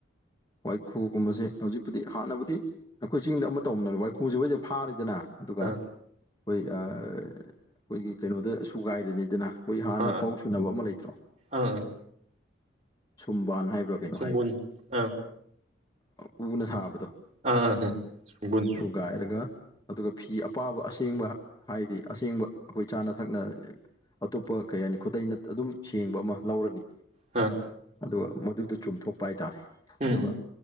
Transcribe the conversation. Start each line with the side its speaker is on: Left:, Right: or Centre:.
Left: ꯋꯥꯏꯈꯨꯒꯨꯝꯕꯁꯦ ꯍꯧꯖꯤꯛꯄꯨꯗꯤ ꯍꯥꯟꯅꯕꯨꯗꯤ ꯑꯩꯈꯣꯏ ꯆꯤꯡꯗ ꯑꯃ ꯇꯧꯕꯅꯅꯦ ꯋꯥꯏꯈꯨꯁꯦ ꯍꯣꯏꯗꯤ ꯐꯥꯔꯤꯗꯅ ꯑꯗꯨꯒ
Right: ꯑꯥ
Left: ꯑꯩꯈꯣꯏ ꯑꯩꯈꯣꯏꯒꯤ ꯀꯩꯅꯣꯗ ꯁꯨꯒꯥꯏꯔꯤꯅꯤꯗꯅ ꯑꯩꯈꯣꯏ ꯍꯥꯟꯅ
Right: ꯑꯥ
Left: ꯐꯥꯎ ꯁꯨꯅꯕ ꯑꯃ ꯂꯩꯇ꯭ꯔꯣ
Right: ꯑꯥ ꯑ
Left: ꯁꯨꯝꯕꯥꯟ ꯍꯥꯏꯕ꯭ꯔꯥ ꯀꯩꯅꯣ
Right: ꯁꯨꯡꯕꯨꯟ
Left: ꯍꯥꯏꯕ꯭ꯔꯥ
Right: ꯑꯥ
Left: ꯎꯅ ꯁꯥꯕꯗꯣ
Right: <unintelligible>
Left: ꯒꯥꯥꯏꯔꯒ ꯑꯗꯨꯒ ꯐꯤ ꯑꯄꯥꯕ ꯑꯁꯦꯡꯕ ꯍꯥꯏꯗꯤ ꯑꯁꯦꯡꯕ ꯑꯩꯈꯣꯏ ꯆꯥꯅ ꯊꯛꯅ ꯑꯇꯣꯞꯄ ꯀꯩ ꯍꯥꯏꯅꯤ ꯈꯨꯗꯩ ꯅꯠ ꯑꯗꯨꯝ ꯁꯦꯡꯕ ꯑꯃ ꯂꯧꯔꯅꯤ
Right: ꯍꯥꯥ
Left: ꯑꯗꯨꯒ ꯃꯗꯨꯗ‌ꯣ ꯆꯨꯝꯊꯣꯛꯄ ꯍꯥꯏ ꯇꯥꯔꯦ
Right: ꯎꯝ
Left: ꯑꯗꯨꯒ